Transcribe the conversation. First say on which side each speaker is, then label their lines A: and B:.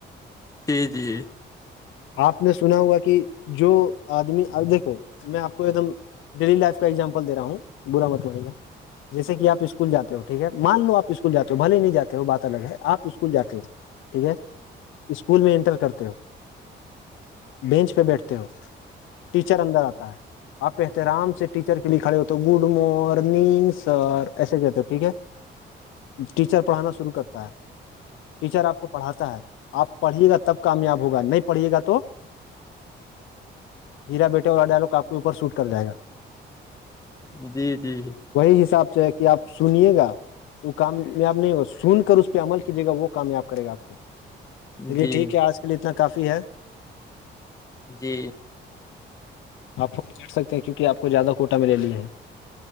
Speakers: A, on the left; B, on the left.
A: جی جی
B: آپ نے سنا ہوگا کہ جو آدمی ابیکھو میں آپ کو ایک دم ڈیلی لائف کا ایگزامپل د رہا ہوں برا متوے کا جیسے کہ آپ اسکول جے ہو ٹھیک ہے مان لو آپ اسکولاتے ہو بل ہی نہیں جے ہو بات الگ ہے آپ اسکول جاتے ہو ٹھیک ہے اسکول میں انٹر کرتے ہو بینچ پہ بیٹھتے ہو ٹیچر اندر آتا ہے آپ کہتے آرام سے ٹیچر کے لیے کھڑے ہوتے گڈ مارننگ سر ایسے کہتے ہو ٹھیک ہے ٹیچر پڑھانا شروع کرتا ہے ٹیچر آپ کو پڑھاتا ہے آپ پڑھیے گا تب کامیاب ہوگا نہیں پڑھیے گا تو ہیرا بیٹے اور ڈلو کاپ کے اوپر سوٹ کر جائے گا
A: جی جی
B: وہی حساب سے ہے کہ آپ سنیے گا وہ کامیاب نہیں ہوگا سن کر اس پہ عمل کیجیے گا وہ کامیاب کرے گا آپ کو چلیے
A: جی
B: ٹھیک ہے آج کے اتنا کافی ہے
A: جی
B: آپ فون چ سکتے ہیں کیونک آپ کو زیادہ کوٹا مے لی ہے